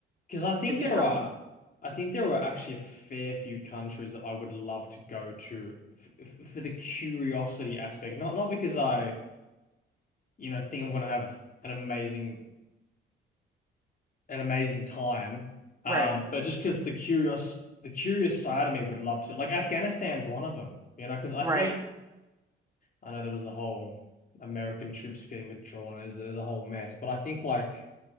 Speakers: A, on the left; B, on the right.
A: Because I think
B: it'd be
A: there
B: something.
A: are, I think there are actually a fair few countries that I would love to go to f f- for the curiosity aspect. Not not because I, you know, think I'm going to have an amazing an amazing time, um,
B: Right.
A: but just because the curious the curious side of me would love to. Like Afghanistan's one of them, you know, because I
B: Right.
A: think I know there was the whole American troops getting withdrawn. It was, it was a whole mess, but I think like.